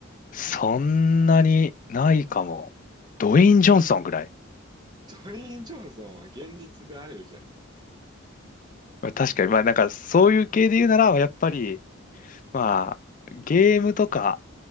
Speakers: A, on the left (about 40°); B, on the right (about 20°).
A: そんなにないかも。ドウェイン・ジョンソンぐらい。
B: ドウェイン・ジョンソンは現実で会えるじゃ
A: まあ確かにまあなんかそういう系で言うならやっぱりまあゲームとか